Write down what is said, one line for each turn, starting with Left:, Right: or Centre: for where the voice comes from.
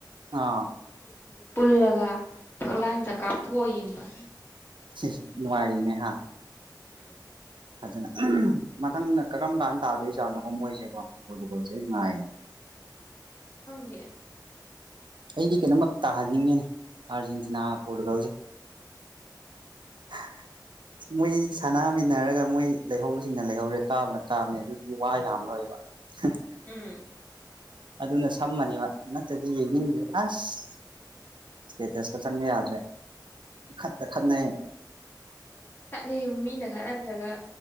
Right: ꯑꯥ
Left: ꯑꯗꯨꯁꯤꯡ ꯄꯨꯜꯂꯒ ꯐꯛꯂꯥꯡꯗ ꯀꯥꯞꯊꯣꯛꯑ ꯌꯦꯡꯕ
Right: ꯁꯤꯁ ꯅꯨꯡꯉꯥꯏꯔꯤꯅꯦ ꯍꯥ
Left: ꯎꯝ
Right: ꯐꯖꯅ ꯎꯝ ꯃꯊꯪꯗ ꯀꯔꯝ ꯀꯥꯟꯗ ꯇꯥꯗꯣꯏ ꯖꯥꯠꯅꯣꯕ ꯃꯣꯏꯁꯦꯗꯣ ꯄꯣꯔꯇꯨꯒꯜꯁꯦ ꯉꯥꯏ
Left: ꯈꯪꯗꯦ
Right: ꯑꯩꯗꯤ ꯀꯩꯅꯣꯝꯃ ꯇꯥꯍꯟꯅꯤꯡꯉꯤꯅꯦ ꯑꯥꯔꯖꯦꯟꯇꯤꯅꯥꯒ ꯄꯣꯔꯇꯨꯒꯜꯁꯦ <unintelligible> ꯃꯣꯏ ꯁꯥꯟꯅꯃꯤꯟꯅꯔꯒ ꯃꯣꯏ ꯂꯩꯍꯧꯕꯁꯤꯡꯅ ꯂꯩꯍꯧꯔꯦ ꯀꯥꯕꯅ ꯀꯥꯕꯅꯦ ꯑꯗꯨꯗꯤ ꯋꯥ ꯌꯥꯝꯃꯥꯔꯣꯏꯕ <unintelligible>
Left: ꯎꯝ
Right: ꯑꯗꯨꯅ ꯁꯝꯃꯅꯦꯕ ꯅꯠꯇ꯭ꯔꯗꯤ ꯅꯤꯡꯁꯦ
Left: ꯃꯥꯅꯦ
Right: ꯑꯁ ꯏꯁꯇꯦꯇꯁꯀꯥ ꯆꯪꯕ ꯌꯥꯗ꯭ꯔꯦ ꯃꯪꯈꯠꯇ ꯈꯠꯅꯩ
Left: ꯈꯠꯅꯩ ꯃꯤꯅ ꯈꯠꯅꯗ꯭ꯔꯒ